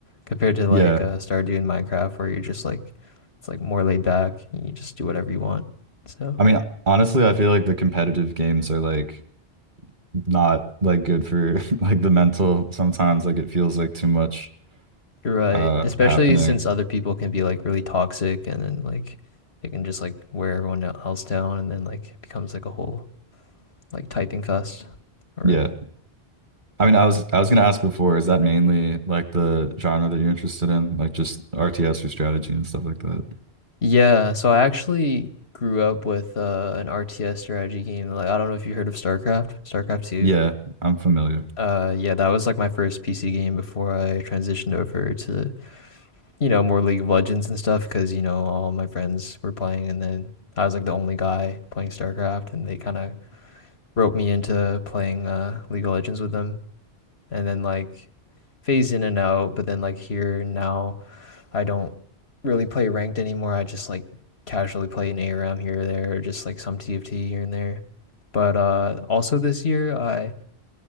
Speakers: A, on the left; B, on the right.
A: compared to
B: yeah,
A: like uh, Stardew and Minecraft, where you're just like it's like more laid back and you just do whatever you want. So
B: I mean, honestly, I feel like the competitive games are like not like good for <laughs> like the mental sometimes. Like it feels like too much
A: you're right,
B: uh
A: especially
B: happening.
A: since other people can be like really toxic and then like they can just like wear everyone else down and then like it becomes like a whole like typing fest or
B: Yeah. I mean, I was I was gonna ask before, is that mainly like the genre that you're interested in? Like just RTS or strategy and stuff like that?
A: Yeah, so I actually grew up with uh, an RTS strategy game. Like I don't know if you heard of StarCraft, StarCraft 2.
B: Yeah, I'm familiar.
A: Uh yeah, that was like my first PC game before I transitioned over to, you know, more League of Legends and stuff because, you know, all my friends were playing and then I was like the only guy playing StarCraft and they kind of roped me into playing uh League of Legends with them and then like phased in and out, but then like here now I don't really play ranked anymore. I just like casually play an ARM here or there, or just like some TFT here and there. But uh, also this year, I